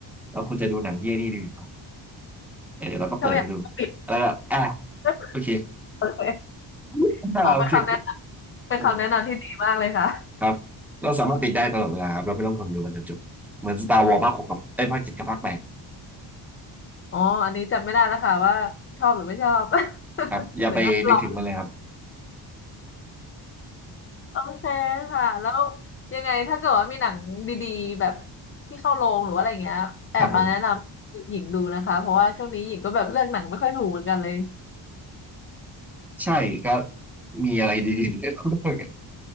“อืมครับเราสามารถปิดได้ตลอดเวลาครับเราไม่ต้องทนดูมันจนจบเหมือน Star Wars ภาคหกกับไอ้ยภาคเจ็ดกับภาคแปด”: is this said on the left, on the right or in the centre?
Centre